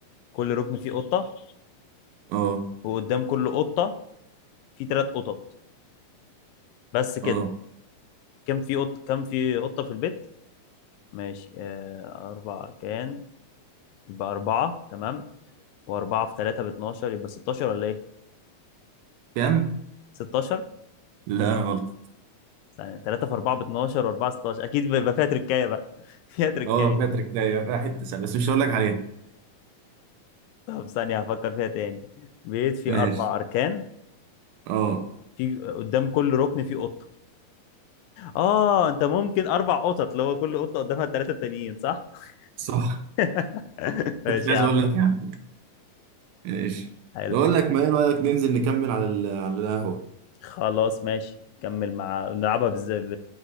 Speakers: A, on the left (about 80°); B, on the right (about 85°).
A: كل ركن فيه قطة
B: اه
A: وقدام كل قطة فيه تلات قطط بس كده
B: اه
A: كم في قط كم في قطة في البيت؟ ماشي آه، أربع أركان يبقى أربعة تمام وأربعة في تلاتة باتناشر يبقى ستاشر ولا إيه؟
B: كام؟
A: ستاشر؟
B: لا غلط
A: ثانية تلاتة في أربعة باتناشر وأربعة ستاشر أكيد بيبقى فيها تركاية بقى <laughs> فيها تركاية
B: اه باتريك لا فيها حته سهله بس مش هقول لك عليها
A: طب ثانية هفكر فيها تاني بيت فيه
B: ماشي
A: أربع أركان
B: اه
A: في قدام كل ركن فيه قطة آه أنت ممكن أربع قطط اللي هو كل قطة قدامها التلاتة التانيين صح؟
B: صح
A: <laughs> ماشي
B: كنت عايز
A: يا عم
B: اقول لك يا عم ماشي
A: حلو
B: بقول لك ما ايه رايك ننزل نكمل على ال- على القهوه
A: خلاص ماشي نكمل مع نلعبها بالز... ب...